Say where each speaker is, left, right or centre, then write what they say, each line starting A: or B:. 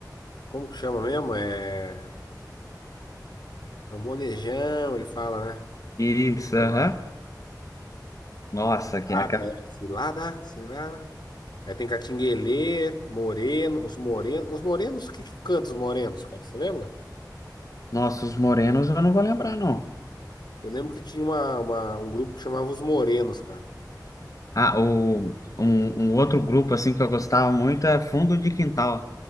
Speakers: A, on the left; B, on the left.
A: Como que chama mesmo? É... é o molejão, ele fala, né?
B: Isso,
A: Agora,
B: aham. Nossa, que
A: cilada,
B: é, ca-
A: é cilada, cilada. Aí tem Catinguelê, Moreno, os Morenos. Os Morenos, o que que canta os Morenos, cara? Você lembra?
B: nossa, os morenos eu não vou lembrar, não.
A: Eu lembro que tinha uma, uma- um grupo que chamava Os Morenos, cara.
B: Ah, o, um, um outro grupo, assim, que eu gostava muito é Fundo de Quintal.